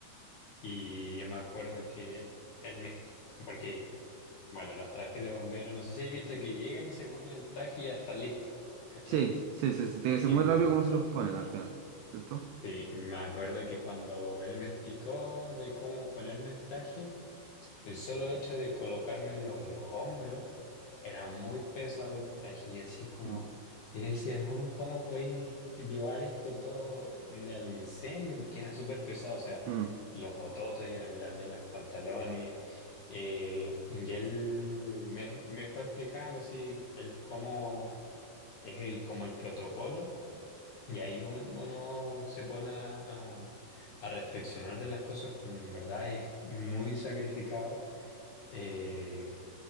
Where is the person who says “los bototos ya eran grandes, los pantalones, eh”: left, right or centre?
Left